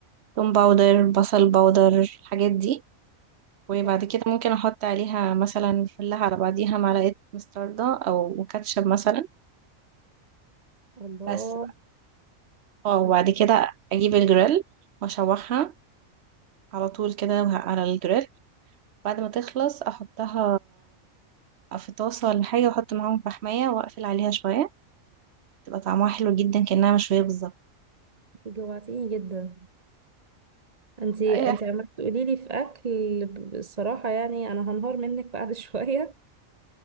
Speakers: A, on the right (about 55°); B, on the right (about 30°).
A: باودر بصل باودر الحاجات دي وبعد
B: صح
A: كده ممكن احط عليها مثلا فلها على بعضيها معلقه مستردة او كاتشب مثلا
B: الله
A: بس بقى اه وبعد
B: انت
A: كده اجيب الجريل واشوحها على طول كده وه- على الجريل بعد ما تخلص احطها في طاسه ولا حاجه واحط معاهم فحمايه واقفل عليها شويه تبقى طعمها حلو جدا كأنها مشويه بالظبط
B: جوعتيني جدا انت انت
A: <laughs>
B: عمالة تقولي لي في اكل ب- الصراحة يعني انا هنهار منك بعد <laughs> شوية